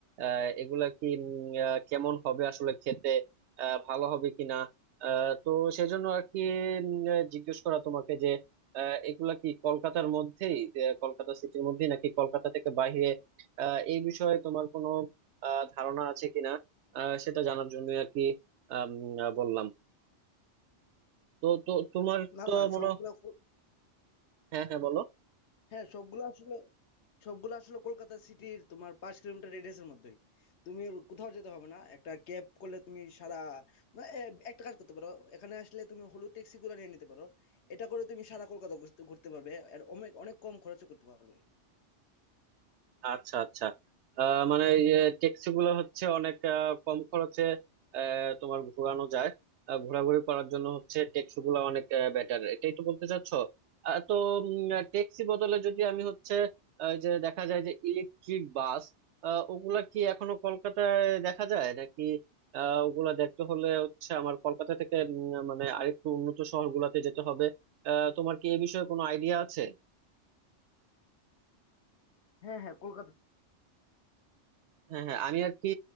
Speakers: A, on the right; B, on the left.
A: আহ, এগুলা কি উম, আহ, কেমন হবে আসলে খেতে আহ, ভালো হবে কিনা তো সেজন্য আর কি উম, আহ, জিজ্ঞেস করা তোমাকে যে আহ, এগুলা কি কলকাতার মধ্যেই আহ, কলকাতা সিটির মধ্যেই নাকি কলকাতা থেকে বাইরে আহ, এই বিষয়ে তোমার কোনো আহ, ধারণা আছে কিনা আহ, সেটা জানার জন্য আর কি আম, আহ, বললাম তো তো তোমার
B: না
A: তো
B: না
A: মনে
B: সবগুলা
A: হয়-
B: কল-
A: হ্যাঁ হ্যাঁ বলো
B: হ্যাঁ সবগুলা আসলে সবগুলা আসলে কলকাতা সিটির তোমার পাঁচ কিলোমিটার রেডিয়াসের মধ্যেই তুমি কোথাও যেতে হবে না একটা ক্যাব করলে তুমি সারা না, এ, একটা কাজ করতে পারো এখানে আসলে তুমি হলুদ ট্যাক্সি গুলো নিয়ে নিতে পারো এটা করে তুমি সারা কলকাতা ঘুরতে ঘুরতে পারবে আর অনেক অনেক কম খরচে করতে পারবে
A: আচ্ছা আচ্ছা আহ, মানে এই যে ট্যাক্সি গুলো হচ্ছে অনেক আহ, কম খরচে আহ, তোমার ঘোরানো যায় আহ, ঘোরাঘুরি করার জন্য হচ্ছে ট্যাক্সি গুলো অনেক বেটার এটাই তো বলতে চাচ্ছ আহ, তো ট্যাক্সি বদলে যদি আমি হচ্ছে আহ, যে দেখা যায় যে ইলেকট্রিক বাস ওগুলা কি এখনো কলকাতায় দেখা যায় নাকি আহ, ওগুলা দেখতে হলে হচ্ছে আমার কলকাতা থেকে উম, মানে আরেকটু উন্নত শহরগুলোতে যেতে হবে আহ, তোমার কি এই বিষয়ে কোনো আইডিয়া আছে
B: হ্যাঁ হ্যাঁ কলকাতা
A: হ্যাঁ হ্যাঁ আমি আর কি